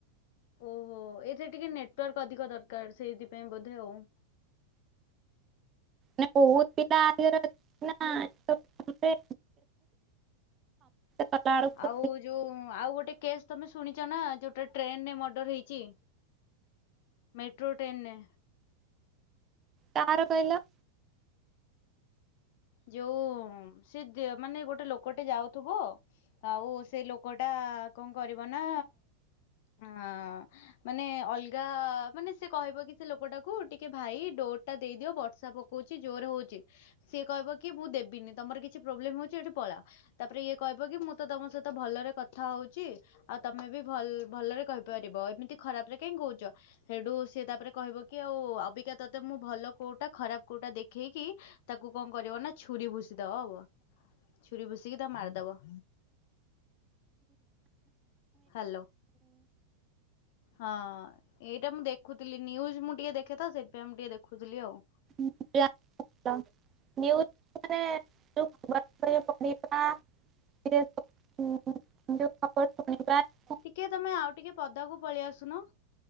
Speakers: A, on the left; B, on the right.
A: ଓହୋ ଏଥିରେ ଟିକେ ନେଟୱାର୍କ ଅଧିକ ଦରକାର ସେଇଥିପାଇଁ ବୋଧେ ଆଉ।
B: ମାନେ ବହୁତ ପିଲା <inaudible> ନା। ସମସ୍ତେ କଲା ବେଳକୁ
A: ଆଉ ଯୋଉ ଆଉ ଗୋଟେ କେସ୍ ତମେ ଶୁଣିଚ ନା ଯୋଉଟା ଟ୍ରେନରେ ମର୍ଡର ହେଇଚି। ମେଟ୍ରୋ ଟ୍ରେନରେ।
B: କାହାର କହିଲ?
A: ଯୋଉ ସେ ମାନେ ଗୋଟେ ଲୋକଟେ ଯାଉଥିବ ଆଉ ସେ ଲୋକ ଟା କଁ କରିବ ନା ଅଁ ମାନେ ଅଲଗା ମାନେ ସେ କହିବ କି ସେ ଲୋକଟାକୁ ଟିକେ ଭାଇ ଡୋ ଟା ଦେଇଦିଅ ବର୍ଷା ପକଉଚି ଜୋର ହଉଚି ସେ କହିବ କି ମୁଁ ଦେବିନି ତମର କିଛି ପ୍ରୋବ୍ଲେମ ହଉଚି ଏଠି ପଳା। ତାପରେ ଇଏ କହିବ କି ମୁଁ ତ ତମ ସହିତ ଭଲରେ କଥା ହଉଚି। ଆଉ ତମେ ବି ଭଲ ଭଲରେ କହିପାରିବ ଏମିତି ଖରାପ ରେ କାହିଁ କହୁଚ? ହେଟୁ ସିଏ ତାପରେ କହିବ କି ଆଉ ଅବିକା ତତେ ମୁଁ ଭଲ କୋଉଟା ଖରାପ କୋଉଟା ଦେଖେଇକି ତାକୁ କଁ କରିବ ନା ଛୁରୀ ଭୁଷିଦବ ଛୁରୀ ଭୁଷିକି ତାକୁ ମାରିଦବ। ହାଲୋ। ହଁ ଏଇଟା ମୁଁ ଦେଖୁଥିଲି ନ୍ୟୁଜ ମୁଁ ଟିକେ ଦେଖେ ତ ସେଇଥିପାଇଁ ମୁଁ ଟିକେ ଦେଖୁଥିଲି ଆଉ।
B: <inaudible> ନ୍ୟୁଜ୍ ମାନେ <inaudible> <inaudible>
A: ଟିକେ ତମେ ଆ ଟିକେ ପଦାକୁ ପଳି ଆସୁନ।